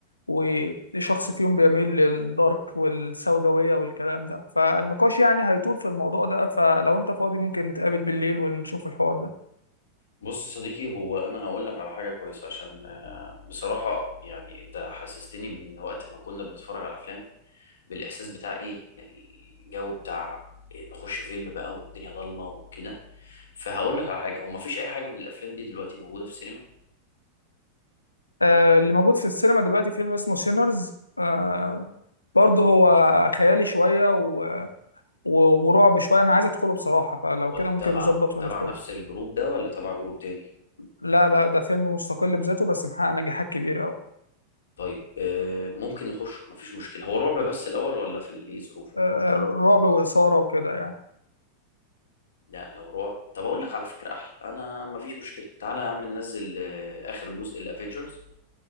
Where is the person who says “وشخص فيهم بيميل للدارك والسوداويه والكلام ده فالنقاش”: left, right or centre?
Left